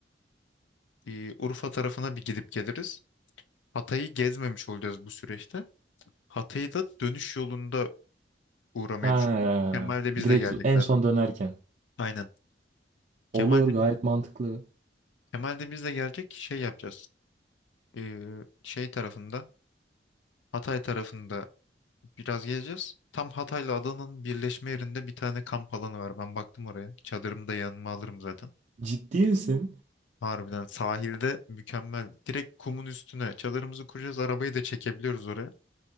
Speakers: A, on the left (about 90°); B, on the right (about 40°).
A: e, Urfa tarafına bir gidip geliriz. Hatay'ı gezmemiş olacağız bu süreçte. Hatay'ı da dönüş yolunda uğramayı
B: ha,
A: düşünüyorum. Kemal de
B: direkt
A: bizle gelecek
B: en
A: zaten.
B: son dönerken.
A: Aynen. Kemal
B: Olur,
A: de,
B: gayet mantıklı.
A: Kemal de bizle gelecek. Şey yapacağız. E, şey tarafında Hatay tarafında biraz gezeceğiz. Tam Hatay'la Adana'nın birleşme yerinde bir tane kamp alanı var. Ben baktım oraya. Çadırımı da yanıma alırım zaten.
B: Ciddi misin?
A: Harbiden sahilde mükemmel. Direkt kumun üstüne çadırımızı kuracağız. Arabayı da çekebiliyoruz oraya.